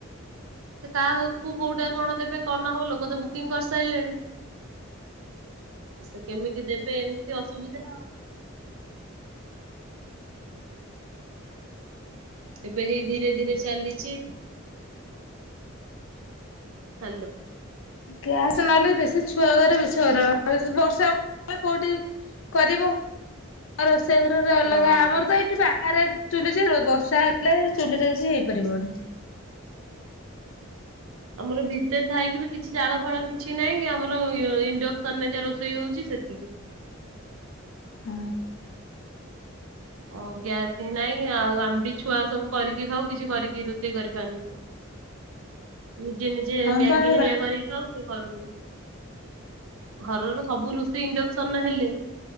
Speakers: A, on the right (about 80°); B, on the left (about 65°).
A: ସେ କା। ତୁ କୋଉଟା କଣ ଦେବେ କଣ ହବ ଲୋକ ଦେବୁ। ବୁକିଂ କରିସାରିଲେଣି। ସେ କେମିତି ଦେବେ ଏମିତି ଅସୁବିଧା ଆଉ। ଏବେ ହେଇ ଧୀରେ ଧୀରେ ଚାଲିଛି ହାଲୋ।
B: ଗ୍ୟାସ ନହେଲେ ବେଶୀ ଛୁଆ ଘରେ ବେଶୀ ହଇରାଣ ବର୍ଷାଷ କୋଉଠି କରିବ ଆ। ସେଘରରେ ଅଲଗା
A: ହଁ।
B: ଆମର ତ ଏଇଠି ବା ଆରେ ଚୁଲି ବର୍ଷା ହେଲେ ଚୁଲି ରେ କିଛି ହେଇପାରିବନି।
A: ଆମର ଭିତରେ ଥାଇକି ବି କିଛି ଜାଳ ଫାଳ କିଛି ନାହିଁ ଆମର ଇଣ୍ଡକ୍ସନ ରେ ଯ ରୋଷେଇ ହଉଛି ସେତିକି।
B: ହ।
A: ଓ ଗ୍ୟାସ ହିଁ ନହିଁ ଆଉ ଆମ ବି ଛୁଆ ସବୁ କରିକି ଖାଉ କିଛି କରିକି ରୋଷେଇ କରିପାରୁନୁ। ନିଜେ ନିଜେ
B: ହଁ
A: ମ୍ୟାଗି
B: ବା
A: ହେରିଆ କରିକି ଖାଉ। ଘରର ସବୁ ରୋଷେଇ ଇଣ୍ଡକ୍ସନ ହେଲେ